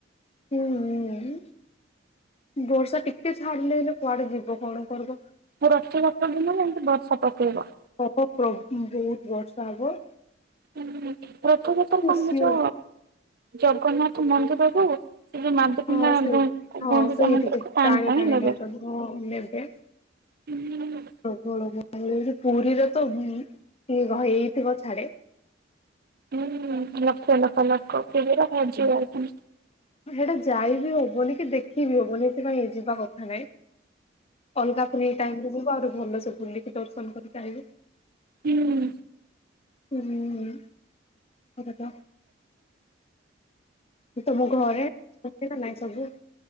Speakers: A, on the left (about 35°); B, on the right (about 55°).
A: <unintelligible> ବର୍ଷା ଟିକେ ଛାଡ଼ିଲେ ହେଲେ କୁଆଡ଼େ ଯିବ କଣ କରିବ?
B: ମୁଁ ରଥ ଯାତ୍ରା ଦିନ ଏମିତି ବର୍ଷା ପକେଇବ।
A: ହେବ ପ୍ର ବହୁତ ବର୍ଷା ହେବ।
B: ହୁଁ ପ୍ରଥମେ ତ ତମେ
A: ସିଓର
B: ଯ ଜଗନ୍ନାଥ ମନ୍ଦିର ରୁ ଟିକେ ମାନ
A: ହଁ
B: କିମ୍ବା
A: ସେଇ
B: ଗୁ
A: ହଁ
B: ଗୁଣ୍ଡିଚା
A: ସେଇଠିକି
B: ମନ୍ଦିରକୁ ଟାଣି ଟାଣି ନେବେ।
A: ନେଉଛନ୍ତି ହଁ ନେବେ।
B: ହୁଁ।
A: ପ୍ରବଳ ମୁ କଇଲି ପୁରୀରେ ତ କି ଗହଳି ହେଇଥିବ ଛାଡ଼େ?
B: ହୁଁ ଲକ୍ଷ ଲକ୍ଷ ଲୋକ ସିବିର ହଜିଯାଉଥିନି?
A: ସେଇଟା ଯାଇବି ହବନି କି ଦେଖିବି ହବନି ଏଥିପାଇଁ ଯିବା କଥା ନାଇଁ। ଅଲଗା ଫ୍ରି ଟାଇମରେ ଯିବ ଆହୁରି ଭଲସେ ବୁଲିକି ଦର୍ଶନ କରିକି ଆସିବ।
B: ହୁଁ।
A: ହୁଁ ମତେ ତ ତମ ଘରେ ଅଛି ନା ନାଇଁ ସବୁ?